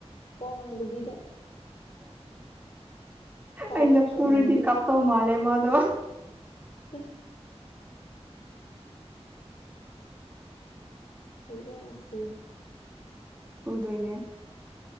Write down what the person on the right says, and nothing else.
ꯑꯩꯅ ꯄꯨꯔꯨꯗꯤ
ꯀꯥꯞꯇꯧ ꯃꯥꯜꯂꯦ ꯃꯥꯗꯣ
ꯎꯗ ꯑꯣꯏꯅꯅꯦ